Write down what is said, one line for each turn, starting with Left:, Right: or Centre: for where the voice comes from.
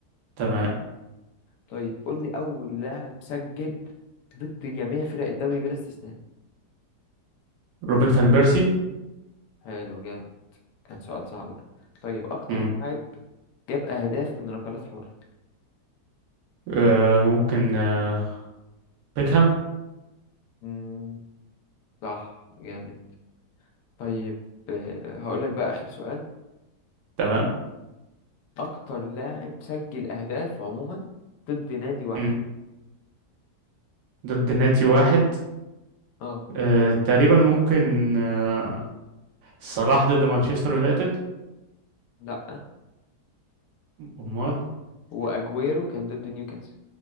Right: تمام
Left: طيب قول لي أول لاعب سجل ضد جميع فرق الدوري بلا استثناء
Right: روبن فان بيرسي
Left: حلو جامد كان سؤال صعب ده طيب أكتر
Right: مم.
Left: لاعب جاب أهداف من ركلات حرة
Right: آه ممكن آه بيكهام
Left: مم، صح جامد طيب آه، هقول لك بقى آخر سؤال
Right: تمام
Left: اكتر لاعب سجل اهداف عموما ضد نادي واحد
Right: مم. ضد ناتي واحد
Left: اه
Right: آه تقريبا ممكن آه صلاح ضد مانشستر يونايتد
Left: لا
Right: أمال
Left: واجويرو كان ضد نيوكاسل